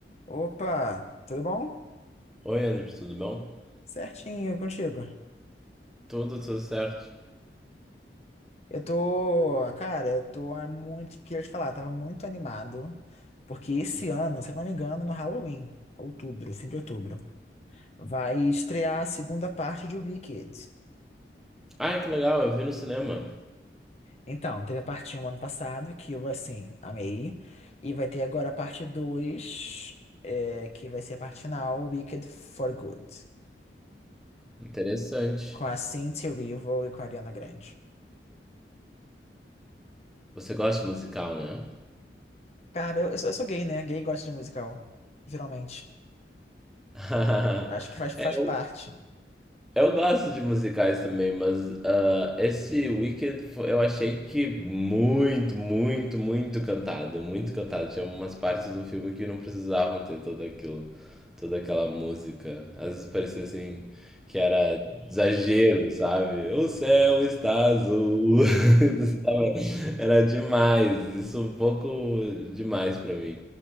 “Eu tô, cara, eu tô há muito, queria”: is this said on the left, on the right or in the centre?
Left